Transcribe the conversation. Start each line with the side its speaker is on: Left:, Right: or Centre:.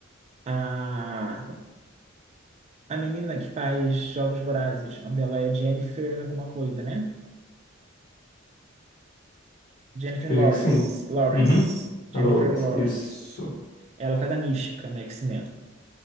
Right: a, a menina que faz Jogos Vorazes. O nome dela é Jennifer alguma coisa, né? Jennifer
Left: Acredito
Right: Lawrence.
Left: que sim.
Right: Lawrence.
Left: Uhum.
Right: Jennifer
Left: A Lawrence.
Right: Lawrence.
Left: Isso.
Right: Ela faz a Mística no X-Men.